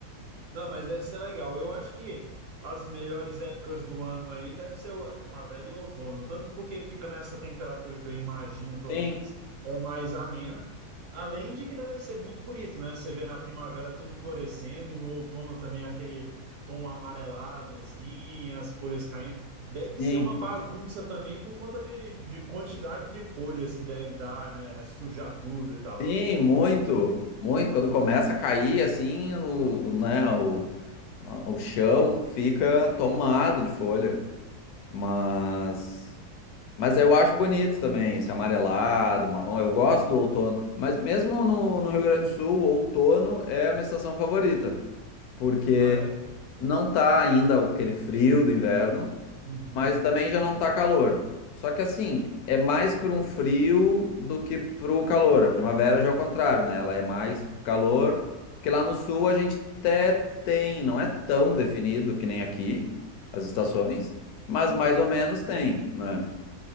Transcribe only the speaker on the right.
Não, mas deve ser legal. Eu acho que as melhores épocas do ano aí deve ser a primavera e o outono, tanto porque fica nessa temperatura que eu imagino, pelo
menos, é mais amena, além de que deve ser muito bonito, né? Você vê na primavera tudo florescendo e no outono também aquele tom amarelado, assim, as folhas caindo. Deve
ser uma bagunça também por conta de, de quantidade de folhas que deve dar, né? Sujar tudo e tal.
Ah, é?
Uhum.
Uhum.
Sim.